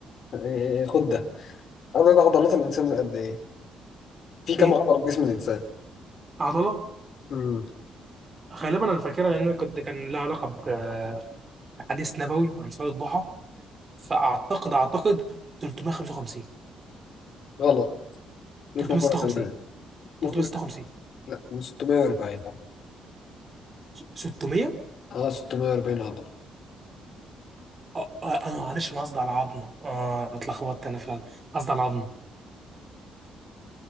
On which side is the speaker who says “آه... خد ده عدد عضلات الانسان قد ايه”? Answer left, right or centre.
Left